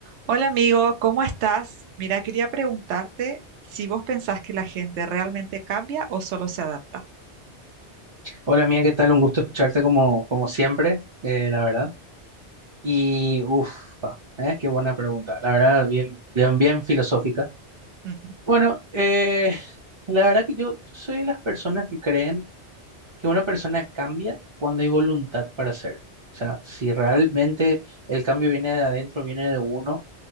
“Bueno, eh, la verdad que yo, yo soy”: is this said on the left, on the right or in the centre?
Right